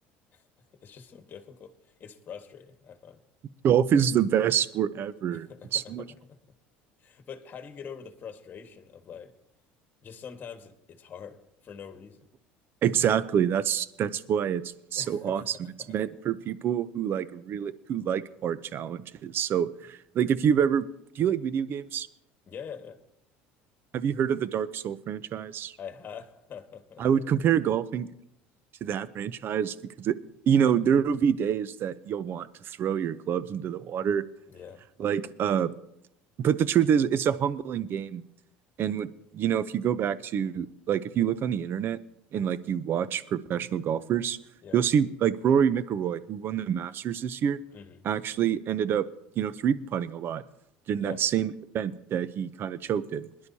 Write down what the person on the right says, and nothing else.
Golf is the best sport ever.
It's so much
Exactly. That's that's why it's so
awesome. It's meant for people who like really who like hard challenges. So, like if you've ever do you like video games?
Have you heard of the Dark Soul franchise?
I would compare golfing to that franchise because it, you know, there will be days that you'll want to throw your clubs into the water.
Like uh but the truth is, it's a humbling game. And when, you know, if you go back to like if you look on the internet and like you watch professional golfers,
you'll see like Rory McIlroy, who won the Masters this year,
actually ended up you know three putting a lot in
that same event that he kind of choked in.